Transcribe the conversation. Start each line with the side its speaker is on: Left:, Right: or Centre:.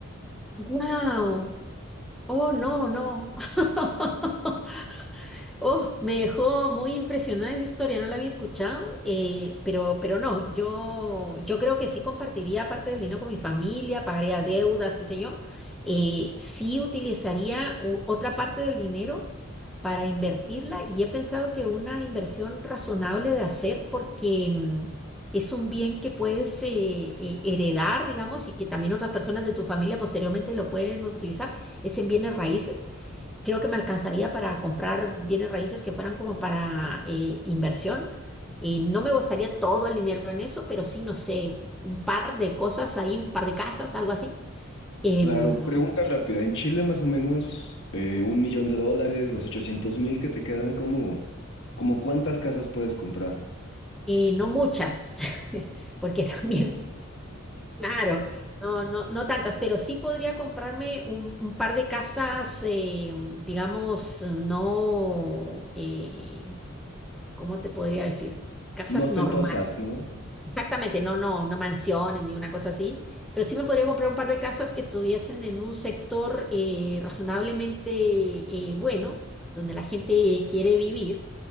Centre: Wow. Oh, no, no. <laughs> Oh, me dejó muy impresionada esa historia, no la había escuchado, eh, pero, pero no, yo, yo creo que sí compartiría parte del dinero con mi familia, pagaría deudas, qué sé yo. eh, sí utilizaría u- otra parte del dinero para invertirla y he pensado que una inversión razonable de hacer porque mm, es un bien que puedes eh, eh, heredar, digamos, y que también otras personas de tu familia posteriormente lo pueden utilizar, es en bienes raíces creo que me alcanzaría para comprar bienes raíces que fueran como para eh, inversión. Y no me gustaría todo el dinero en eso, pero sí, no sé, un par de cosas ahí, un par de casas, algo así. Em,
Left: Claro, pregunta rápida. En Chile más o menos eh, un millón de dólares, los ochocientos mil que te quedan, como, como cuántas casas puedes comprar?
Centre: eh, no muchas, <laughs> porque también, claro, no, no, no tantas, pero sí podría comprarme un, un par de casas, eh, digamos, no, eh, ¿cómo te podría decir? Casas
Left: No ostentosas,
Centre: normales
Left: ¿no?
Centre: Exactamente, no, no, no mansiones ni una cosa así, pero sí me podría comprar un par de casas que estuviesen en un sector eh, razonablemente eh, bueno, donde la gente quiere vivir